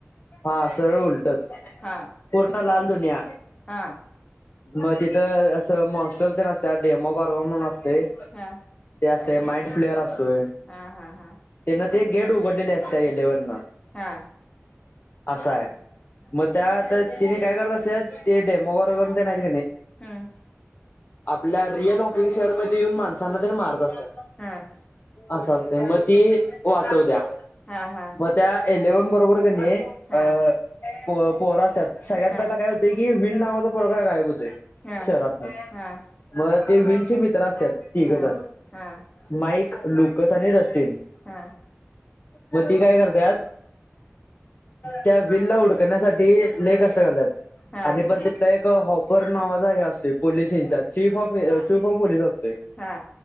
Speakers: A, on the left; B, on the left.
A: हा सगळ उलटच.
B: हा
A: पूर्ण लाल दुनिया
B: हा
A: मग तिथ अस मॉन्स्टर ते असत्या. डेमो गॉर्व म्हणून असते.
B: हा
A: ते असते. माइंड फ्लेअर असतोय.
B: हा हा हा
A: त्यांन ते गेट उघडलेले असत इलेव्हन.
B: हा
A: असा आहे.
B: हा
A: मग त्यात तिने काय करत असे ते डेमोवर <unintelligible>
B: हम्म
A: आपल्या रिअल हॉकिंग शेअरमध्ये येऊन माणसांना ते मारत असत्यात.
B: ह
A: असं असतय म ती वाचव द्या
B: हा हा
A: त्या एलेव्हन बरोबर कणी
B: हा
A: अं प पोर असत्यात सगळ्यात
B: हा
A: पहिला काय होत ते की विल नावाचा पोरगा गायब होतोय
B: हा
A: शहरातनं
B: हा
A: म ते व्हील चे मित्र असत्यात तीघजण
B: हा हा
A: माईक लुकस आणि रस्टिन
B: हा
A: म ती काय करत्यात त्या व्हीलला उडकण्यासाठी लय कष्ट करतात
B: हा
A: आणि पण ते ते एक हॉपर नावाचा हे असतोय police in charge chief of chief of police असतोय.
B: हा